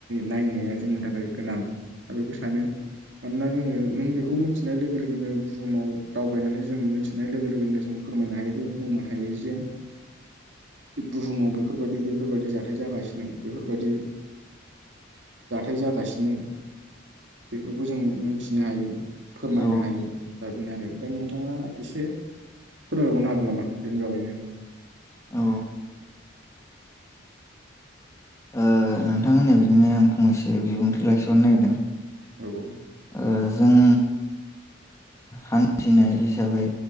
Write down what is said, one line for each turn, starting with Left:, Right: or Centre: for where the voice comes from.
Right: नायनाया जोंनि थाखाय गोनां। दा बेखौ सानो मानोना जोङो नों बेखौ मिथिनाय लोगो लोगोनो बुहुमाव दावबायनानै जों मिथिनाय लोगो लोगोनो जों फोरमायनो हायोदि बुंनो हायो जे बुहुमाव बेफोरबायदि बेफोरबायदि जाग <unintelligible> बेफोरबायदि जाथाय जागासिनो बेफोरखौ जोङो मोनथिनो हायो‌। फोरमायनो
Left: औ
Right: हायो दा बेनो आरो दा नोंथाङा एसे फोरमायबावनो हागोन नामा बेनि बागैनो?
Left: औ। ओ नोंथां होननाय बादिनो आं फंनैसै बिबुंथि
Right: औ
Left: लाखिबावनो नागिरदों।
Right: औ औ
Left: ओ जों हान्थिनाय हिसाबै